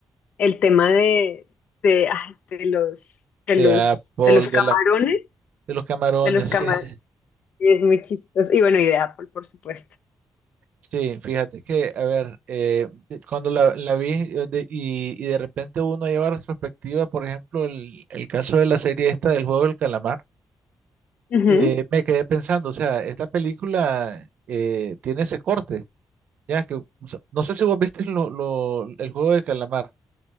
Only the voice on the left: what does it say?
el tema de, de, ay, de los, de
los,
de los camarones,
de los camarones,
es muy chistoso. Y bueno, y de Apple, por supuesto.
Ujú.